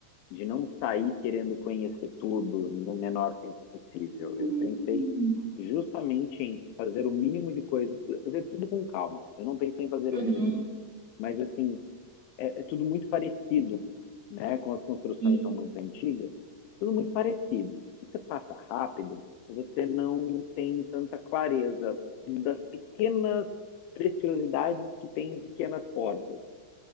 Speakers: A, on the left; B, on the right.
A: de não sair querendo conhecer tudo no menor tempo possível.
B: Hum,
A: Eu pensei justamente em fazer o mínimo de coisas, fazer tudo com calma. Eu não pensei em fazer o
B: Uhum,
A: mínimo, mas assim, é, é tudo muito parecido, né? Como as construções
B: e-
A: são muito antigas, tudo muito parecido. Se você passa rápido, você não tem tanta clareza das pequenas preciosidades que tem em pequenas portas.